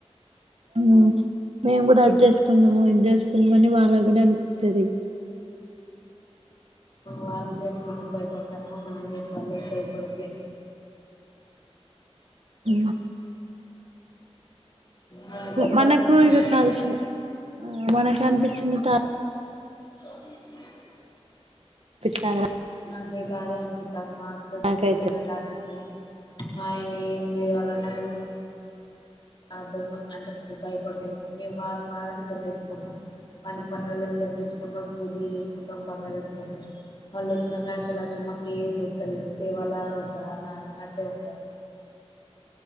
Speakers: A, on the right; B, on the left.
A: ఉమ్ మేము కూడా అడ్జస్ట్ <unintelligible> అని వాళ్ళగ్గూడా అనిపిత్తది
B: వాళ్ళు చెట్ మనం భయపడతానమో మనం చెటు వాళ్ళేం భయపడుత్లే
A: ఊ
B: నాకైతే
A: మనకు
B: అట్నే అనిపిత్తది
A: ఇక కలుసు ఆ మనకు అనిపించినట్
B: <unintelligible>
A: <unintelligible>
B: నాకు <unintelligible> మా అత్త వచ్చి
A: నాకైతే
B: <unintelligible> నీళ్ళ దాటింది మావి బీర్వలనము ఆ దొంగ <unintelligible> మేము వారం వారం చికెన్ తెచ్చుకుంటాం <unintelligible> చికెన్ తెచ్చుకుంటా పూరీలు చేసుకుంటాం బాగరా వేసుకొని తినటం వాళ్ళు వచ్చిన కడ నుంచి అసలు మాకు ఏం దొరుకుత లేదు తేవాల వద్దా అని అన్నట్టే ఉంటారు